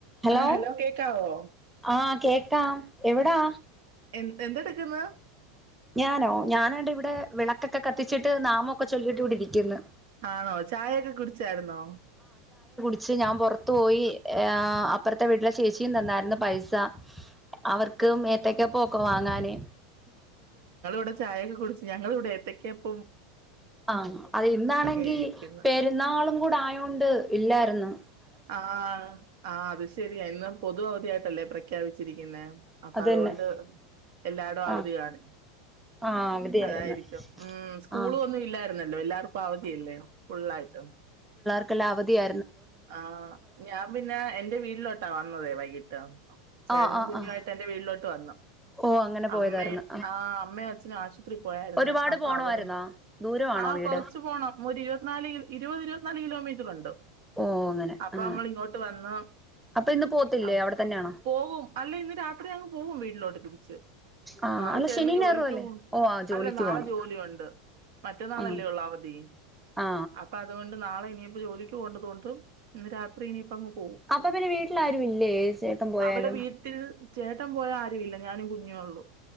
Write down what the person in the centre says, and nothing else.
ഹലോ
ആ കേക്കാം എവടാ?
ഞാനോ ഞാനാണ്ട് ഇവിടെ വെളക്കൊക്കെ കത്തിച്ചിട്ട് നാമൊക്കെ ചൊല്ലിയിട്ട് ഇവിടിരിക്കുന്നു.
ച്ചു ഞാൻ പൊർത്തു പോയി. ആ അപ്പൊർത്തെ വീട്ടിലെ ചേച്ചിയും തന്നാരുന്നു പൈസ അവർക്കും ഏത്തക്കാപ്പവൊക്കെ വാങ്ങാനെ
ആഹ് അത് ഇന്നാണെങ്കി
പെരുന്നാളും കൂടായോണ്ട് ഇല്ലാര്ന്നു.
അതന്നെ
ആഹ്
ആഹ് അവധിയായിരുന്നു
ആഹ്
ക്കെല്ലാ അവധിയാ
ആഹ് ആഹ്
ആഹ്
ഓ അങ്ങനെ പോയതായിരുന്നു
ഒരുപാട്
പോണമായിരുന്നോ
ദൂരമാണോ
വീട്
ഓ അങ്ങനെ
ആ
അപ്പൊ ഇന്ന് പോത്തില്ലേ
അവിടെ തന്നെയാണോ
ആ
അല്ല
ശനി
ഞായറും അല്ലേ
ഓ ആ ജോലിക്ക്
പോണം
ആ
ആ
അപ്പൊ പിന്നെ വീട്ടിൽ ആരും ഇല്ലേ ചേട്ടൻ പോയാലും